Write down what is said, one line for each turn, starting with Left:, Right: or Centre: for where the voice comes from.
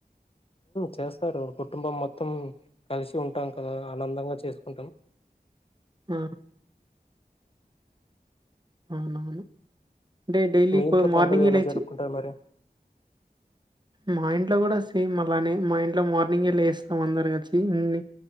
Left: చేస్తారు కుటుంబం మొత్తం కలిసి ఉంటాం కదా ఆనందంగా చేసుకుంటాం
Right: ఆ అవునవును అంటే ెలీ
Left: మీ
Right: ఇప్పు
Left: ఇంట్లో
Right: మార్నింగ్
Left: పండుగ ఎలా
Right: లోచ్చి
Left: జరుపుకుంటారు మరి?
Right: మా ఇంట్లో కూడా సేమ్ అలానే మా ఇంట్లో మార్నింగే లేస్తాం అందరికి వచ్చి ఇన్ని